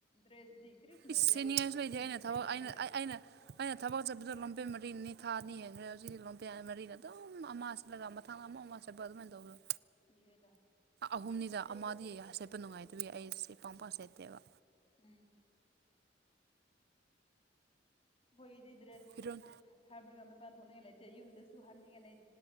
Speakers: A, on the left (about 30°); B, on the right (about 60°).
A: ꯗ꯭ꯔꯦꯁꯗꯤ ꯀ꯭ꯔꯤꯁꯨ
B: ꯏꯁ
A: ꯅꯠꯇꯦ
B: ꯁꯦꯠꯅꯤꯡꯉꯥꯏꯁꯨ ꯂꯩꯇꯦ
A: ꯁꯦꯠꯅꯤꯡꯉꯥꯏ
B: ꯑꯩꯅ
A: ꯂꯩꯔꯗꯤ
B: ꯊꯕꯛ ꯑꯩꯅ
A: ꯌꯥꯔꯦ
B: ꯑꯩꯅ ꯑꯩꯅ ꯊꯕꯛ ꯆꯠꯄꯗ ꯂꯣꯡꯄꯦꯟ ꯃꯔꯤꯅꯤ ꯊꯥ ꯑꯅꯤ ꯍꯦꯟꯈ꯭ꯔꯦ ꯍꯧꯖꯤꯛꯇꯤ ꯂꯣꯡꯄꯦꯟ ꯃꯔꯤꯅꯤ ꯑꯗꯨꯝ ꯑꯃ ꯆꯠꯂꯒ ꯃꯊꯪ ꯑꯃꯨꯛ ꯑꯃ ꯁꯦꯠꯄ ꯑꯗꯨꯃꯥꯏꯅ ꯇꯧꯕꯗꯣ
A: ꯌꯦꯗ
B: ꯑꯍꯨꯝꯅꯤꯗ
A: ꯀꯥꯏꯗꯦꯗ
B: ꯑꯃꯗꯤ ꯁꯦꯠ ꯄꯥ ꯅꯨꯡꯉꯥꯏꯇꯕꯒꯤ ꯑꯩꯁꯦ ꯄꯥꯡ ꯄꯥꯛ ꯁꯦꯠꯇꯦꯕ
A: ꯎꯝ ꯑꯩꯈꯣꯏꯒꯤꯗꯤ ꯗ꯭ꯔꯦꯁ
B: ꯐꯤꯔꯣꯟ
A: <unintelligible> ꯃꯄꯥꯟ ꯊꯣꯛꯅꯤꯡꯉꯥꯏ ꯂꯩꯇꯦ ꯌꯨꯝꯗꯁꯨ ꯍꯟꯅꯤꯡꯉꯥꯏ ꯂꯩ